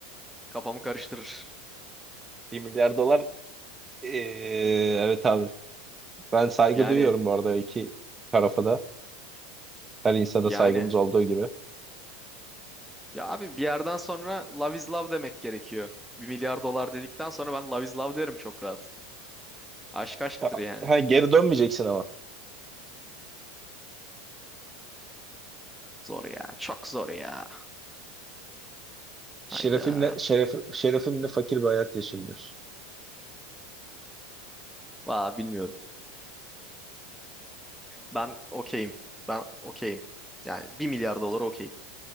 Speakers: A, in the centre; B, on the right (about 20°).
A: kafamı karıştırır.
B: 1 milyar dolar eee, evet abi. Ben saygı
A: Yani
B: duyuyorum bu arada iki tarafa da. Her insana
A: yani
B: saygımız olduğu gibi.
A: ya abi bir yerden sonra love is love demek gerekiyor. Bir milyar dolar dedikten sonra ben love is love derim çok rahat. Aşk aşktır
B: Ya,
A: yani.
B: Ha, geri dönmeyeceksin ama.
A: Zor ya. Çok zor ya.
B: Şerefimle
A: Hayda.
B: şeref, şerefimle fakir bir hayat yaşayayım diyorsun.
A: Valla bilmiyorum. Ben okeyim. Ben okeyim. Yani bir milyar dolar okeyim.